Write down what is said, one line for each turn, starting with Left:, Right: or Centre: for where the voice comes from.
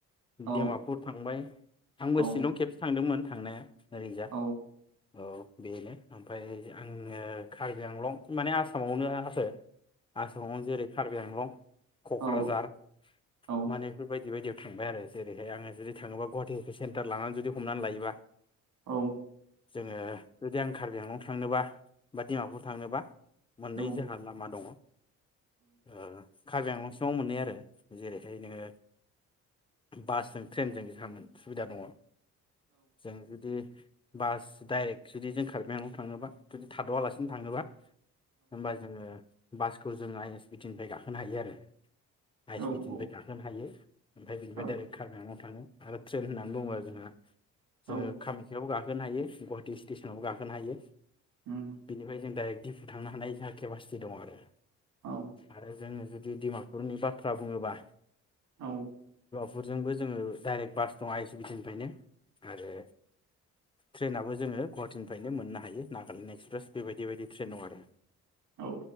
Right: औ
Left: दिमापुर थांबाय आंबो
Right: औ
Left: सिलं खेबसे थांदोंमोन। थांनाया नैरोजा
Right: औ
Left: औ बेयो ओमफ्राय आंङो कार्बि आंलं माने आसामावनो आरो आसामावनो जेरै कार्बि आंलं कक्राझार
Right: औ औ
Left: माने बेफोर बायदि बायदिया थांबाय आरो जेरैहाय आङो जुदि थाङोबा गुवाहाटिनिफ्राय सेन्टार लानानै जुदि हमनानै लायोबा
Right: औ
Left: जोङो जुदि आं कार्बि आंलं थांनोबा बा डिमापुर थांनोबा मोननै
Right: औ
Left: जोंहा लामा दङ। ओ कार्बि आंलं सोआव मोनहैयो आरो जेरैहाय नोङो बासजों ट्रेनजों जों सुबिदा दङ जों जुदि बास डाइरेक्ट जुदि जों कार्बि आंलं थांनोबा जुदि थादआलासिनो थाङोबा होम्बा जोङो बासखौ जों आइ एस बि टि निफ्राय गाखोनो हायो आरो आइ एस
Right: औ
Left: भि ति निफ्राय गाखोनो हायो ओमफ्राय बिनिफ्राय
Right: औ
Left: डाइरेक कार्बिआंलं थांङो आरो ट्रेन होनना बुङोबा आरो जोंहा
Right: औ
Left: जोङो खामखायाव गा गाखोनो हायो गुवाहाटि स्टेसनावबो गाखोनो हायो
Right: उम
Left: बिनिफ्राय जों डायरेक दि थांनो हानाय जोहा केपासिटि दं आरो
Right: औ
Left: आरो जोङो जुदि दिमापुरनि बाथ्रा बुङोबा
Right: औ
Left: गपुरजोंबो जोङो डाइरेक्ट बास दं आइ सि बि टि निफ्रायनो आरो ट्रेनाबो जोङो गुवाहाटिनिफ्रायनो मोननो हायो नागालेण्ड एक्सप्रेस बेबायदि बायदि ट्रेन दं आरो
Right: औ